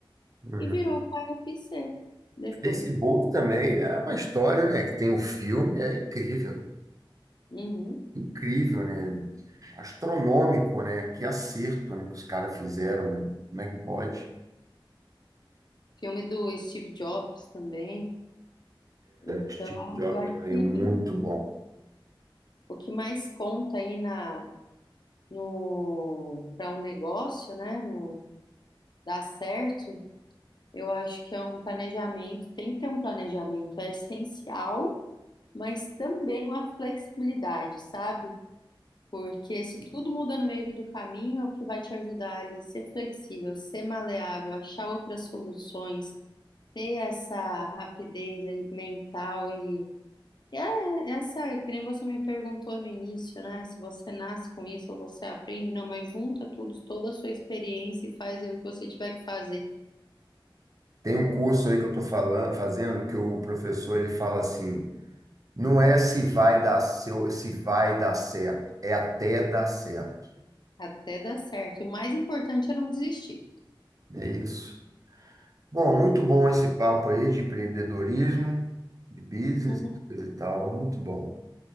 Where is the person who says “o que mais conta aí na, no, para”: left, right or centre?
Left